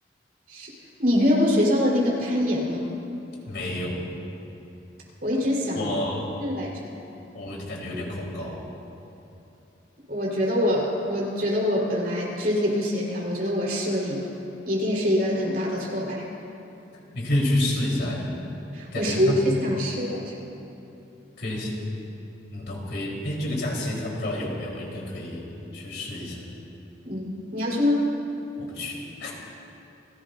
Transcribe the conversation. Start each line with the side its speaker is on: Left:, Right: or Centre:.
Right: 是你约过学校的那个攀岩吗？
Left: 没有，
Right: 我一直想是来着，
Left: 我我感觉有点恐高，
Right: 我觉得我我觉得我本来肢体不协调，我觉得我试了以后一定是一个很大的挫败，
Left: 你可以去试一下呀，感觉它
Right: 我是一直想试来着。
Left: 可以，你都可以。哎，这个假期他不知道有没有，应该可以去试一下。
Right: 嗯，你要去吗？
Left: 我不去，